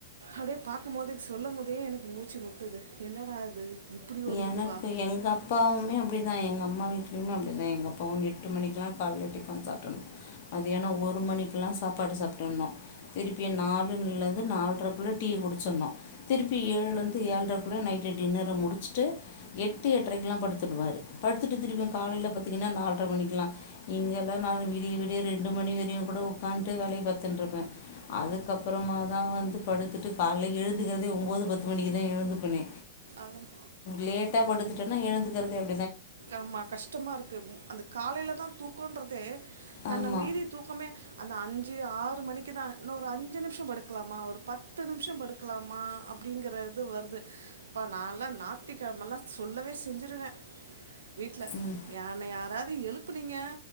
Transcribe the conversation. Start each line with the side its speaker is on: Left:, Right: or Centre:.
Right: அப்டியே பாக்கும் போது சொல்லம்போதே எனக்கு மூச்சு முட்டுது. என்னடா இது இப்படி ஒரு
Left: எனக்கு
Right: இதுவா
Left: எங்க அப்பாவுமே அப்டி தா எங்கம்மா வீட்லயுமே அப்டி தா எங்க அப்பாவு எட்டு மணிக்குலா காலைல டிஃபன் சாப்ட்றனு மதியானோ ஒரு மணிக்குலா சாப்பாடு சாப்ட்றணு. திருப்பியு நாலுலருந்து நால்ரக்குள்ளே டீ குடிச்சடணு. திருப்பி ஏழ்லந்து ஏழ்ரக்குள்ள நைட்டு டின்னர முடிச் ட்டு எட்டு எட்ரைக்குலா படுத்துருவாரு. படுத்துட்டு திருப்பியு காலைல பத் தீங்கனா நால்ர மணிக்குலா இங்கெல்லா நா விடிய விடிய ரெண்டு மணி வரையு கூட உக்காந்ட்டு வேலய பாத்துன்ருப்பே. அதுக்கப்றமா தா வந்து படுத்துட்டு கால்ல எழுந்துக்கறதே ஒம்போது பத்து மணிக்கு தா எழுந்துப்பனே.
Right: ஆமம்
Left: லேட்டா படுத்துட்டன்னா எழுந்துக்கறது <unintelligible>
Right: ஆமா கஷ்டமாருக்கு. ம் அந்த காலேலதா தூக்கோன்டறது தன்ன
Left: ஆமா
Right: மீறி தூக்கமே அந்த அன் ஞ்சு ஆறு மணிக்கு தா இன்னோரு அஞ்சு நிம்ஷோ படுக்லாமா ஒரு பத்து நிம்ஷோ படுக்லாமா அப்டிங்கற இது வருது. ப்பா நால்லா நாத்திக்கெழமெல்லா சொல்லவே செஞ்சிருவ. வீட்ல
Left: ம்
Right: யான யாராத் து எழுப்புனீங்க